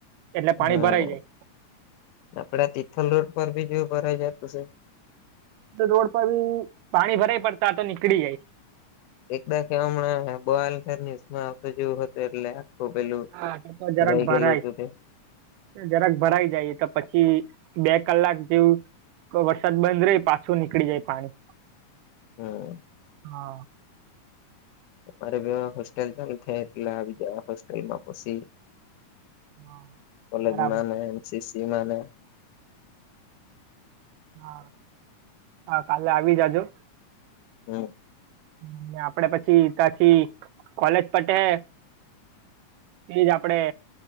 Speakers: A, on the right; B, on the left.
A: એટલે પાણી
B: હા,
A: ભરાઈ જાય
B: આપડા તિથલ રોડ પર બી જો ભરાઈ જાતુ સે.
A: તીથલ રોડ પર બી પાણી ભરાઈ પડ તાં તો નીકળી જાય.
B: એક-બે કે અમણે બો હાલ કઈ ન્યુઝ માં આવતું જેવુ હતું એટલે. તો પેલું,
A: હા તે તો
B: ભરાઈ
A: જરાક ભરાય
B: ગેલુ ઉતું તે!
A: જરાક ભરાઈ જાઈ, એ તો પછી બે કલાક જેવું કો વરસાદ બંધ રેયોન, પાછુ નીકળી જાય પાણી.
B: હમ્મ.
A: હંઅ.
B: અમારે બેવે હોસ્ટેલ ચાલુ થાય એટલે આવી જાવા હોસ્ટેલમાં પશી.
A: હા
B: કોલેજમાંને
A: બરાબર
B: એનસીસીનાને
A: હા, અ કાલે આવી જાજો.
B: હમ્મ.
A: હમ્મ, ને આપડે પછી ત્યાંથી કોલેજ પટે તેજઆપડે